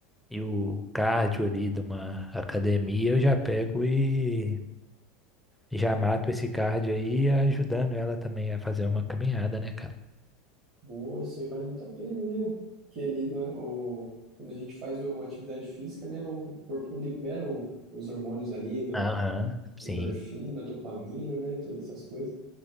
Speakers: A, in the centre; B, on the right (about 50°).
A: e o cardio ali de uma academia eu já pego e já mato esse cardio aí, ajudando ela também a fazer uma caminhada, né, cara?
B: Boa, isso aí vale muito a pena, né? Que ali, né, o, quando a gente faz uma atividade física, né, o corpo libera o- os hormônios ali, do,
A: Aham, sim,
B: endorfina, dopamina, né, todas essas coisas.